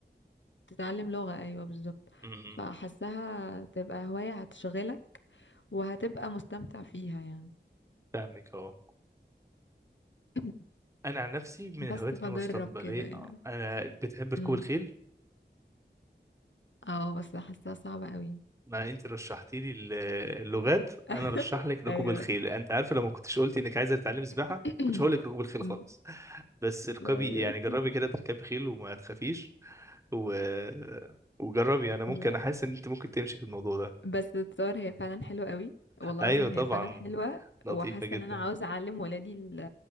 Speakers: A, on the left (about 85°); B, on the right (about 15°).
A: تتعلم لغة ايوه بالظبط
B: امم
A: فحسها تبقى هواية هتشغلك وهتبقى مستمتع فيها يعني
B: فاهمك اه
A: <laughs>
B: انا عن نفسي من
A: بس
B: الهوايات
A: فجرب
B: المستقبليه
A: كده يعني
B: آه، انا بتحب ركوب
A: امم
B: الخيل
A: اه بس حاساها صعبة قوي
B: ما انت رشحتي لي ال- اللغات
A: <laughs>
B: انا رشح لك ركوب
A: ايوه
B: الخيل انت عارفه لو ما كنتش قلتي انك عايزه تتعلمي سباحه
A: <clears throat>
B: ما
A: <coughs>
B: كنتش هقول لك ركوب الخيل
A: أمم،
B: خالص بس اركبي
A: ايوه
B: يعني جربي كده تركبي خيل وما تخافيش و... وجربي انا ممكن
A: لا
B: انا حاسس ان انت ممكن تمشي في الموضوع ده
A: بس الصور هي فعلا حلوة قوي والله
B: ايوه
A: العظيم
B: طبعا
A: هي فعلا حلوة
B: لطيفه
A: وحاسة
B: جدا
A: ان انا عاوزة اعلم ولادي ال...